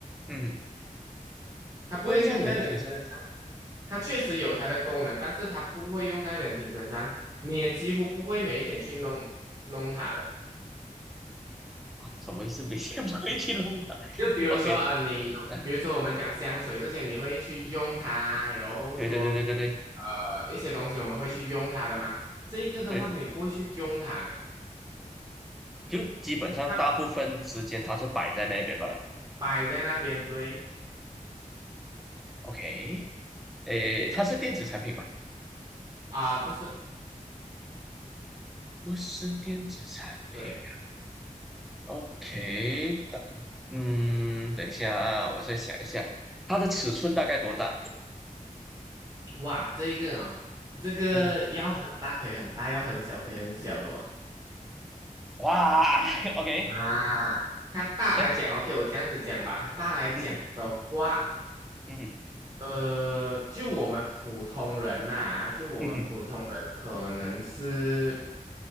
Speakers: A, in the centre; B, on the right.
A: 嗯，
B: 它不会用在人体身上，
A: 不会在人体上
B: 它确实有它的功能，但是它不会用在人体身上，你也几乎不会每一天去弄弄它的。
A: 啊？什么意思？每天不会去弄它
B: 就比如说啊、
A: ？OK，
B: 呃你有，
A: 啊
B: 比如说我们讲香水这些，你会去用它，然后说
A: 对对对对对对
B: 呃一些东西我们会去用它的嘛，这个的话你不会去用它的，
A: 对，就基本上大部分时间它是摆在那边罢了。
B: 它摆在那边，对
A: OK，诶，它是电子产品吗？
B: 啊、不是。
A: 不是电子产品。
B: 对。
A: OK，等，嗯，等一下啊，我再想一下，它的尺寸大概多大？
B: 哇，这个哦，这个要很大可以很大，
A: 嗯，
B: 要很小可以很小的哇。
A: 哇 <laughs>，OK，
B: 啊，它大来讲，OK，
A: 这，
B: 我这样子讲吧，它大来讲的话，
A: 嗯嗯
B: 呃，就我们普通人呐、就我们普通人可能是，
A: 嗯，